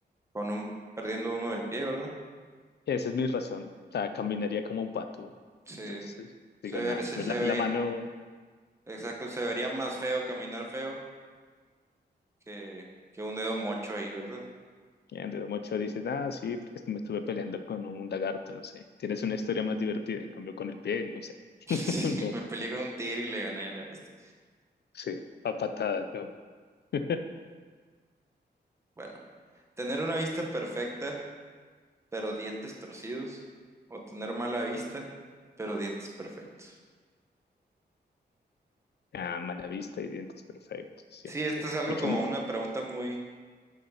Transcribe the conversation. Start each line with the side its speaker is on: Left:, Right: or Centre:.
Right: con un, perdiendo uno del pie, ¿verdad?
Left: Esa es mi razón. O sea, caminaría como un pato.
Right: Sí,
Left: Entonces,
Right: se
Left: digo,
Right: vería,
Left: nada,
Right: se,
Left: pues
Right: se
Left: la, la
Right: vería,
Left: mano...
Right: exacto, se vería más feo caminar feo que, que un dedo mocho ahí, ¿verdad? <laughs>
Left: El dedo mocho dice, ah, sí, porque este me estuve peleando con un lagarto, no sé. Tienes una historia más divertida, en cambio con el pie, no sé. <laughs>
Right: Sí,
Left: No,
Right: me peleé con un tigre y le gané a la bestia.
Left: sí, a patadas, no. <laughs>
Right: Bueno, tener una vista perfecta pero dientes torcidos, o tener mala vista, pero dientes perfectos.
Left: Ah, mala vista y dientes perfectos, sí.
Right: Sí, esto
Left: sí.
Right: es algo
Left: Mucho,
Right: como una pregunta muy,